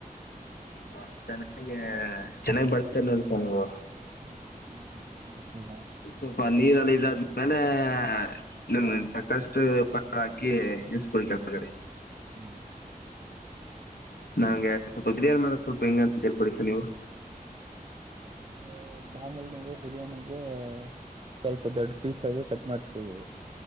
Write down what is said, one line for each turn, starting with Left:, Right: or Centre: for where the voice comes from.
Left: ಅಷ್ಟ್ ಚೆನ್ನಾಗಿ ಚೆನ್ನಾಗ್ ಬರ್ತ್ಇಲ್ ನೋಡಿ ಸಾರ್ ನೀವು.
Right: ಹ್ಮ್ ಚೆನ್ನಾಗಿ ಬರ್ತದಾ
Left: ಸ್ವಲ್ಪ ನೀರಲ್ ಇದಾದ್ಮೇಲೆ ಇನ್ನೊಂದ್ ನೆನಪಾಗ್ ಫಷ್ಟು ಪಕೋಡ ಹಾಕಿ ಇಳ್ಸ್ ಬಿಡಿ ಕೆಳಕ್ <unintelligible>
Right: ಹ್ಮ.
Left: ನಂಗೆ ಸ್ವಲ್ಪ ಬಿರ್ಯಾನಿ ಮಾಡದ್ ಸ್ವಲ್ಪ ಹೆಂಗ್ ಅಂತ ಹೇಳ್ಕೊಡಿ ಸಾರ್ ನೀವು.
Right: <unintelligible> ಮಾಮುಲ್ ನೀವು ಬಿರ್ಯಾನಿಗೇ ಸ್ವಲ್ಪ ದೊಡ್ ಪೀಸ್ ಆಗೇ ಕಟ್ ಮಾಡ್ಸ್ತಿವಿ.